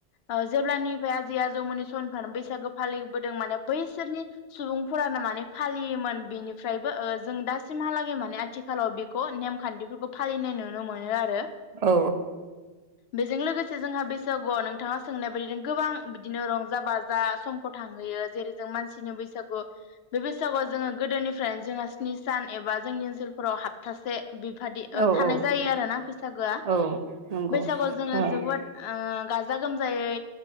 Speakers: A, on the left (about 75°); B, on the right (about 45°).
A: अ' जेब्लानिफ्राय आजै आजौमोननि सनथान बैसागो फालि बोदों माने बैसोरनि सुबुंफोरानो माने फालियोमोन बेनि फ्रायबो ओ जों दासिमहालागै माने आथिखालाव बेखौ नेमखान्थिफोरखौ फालिनाय नुनो मोनो आरो।
B: औ
A: बेजों लोगोसे जोंहा बेसे नंगौ नोंथांङा सोंनाय बायदिनो गोबां बिदिनो रंजा बाजा समखौ थांहोयो जेरै- जों मानसिनि बैसागु, बे बैसागुआव जोङो गोदोनिफो फ्रायनो जोंहा स्नि सान एबा जोंनि ओनसोलफोराव हाब्थासे। बिबादि ओ
B: औ
A: थानाय
B: औ
A: जायो आरोना बैसागोआ।
B: औ नंगौ
A: बैसागोआव जोङो
B: ओ
A: जोबोद ओ गाजा-गोमजायै।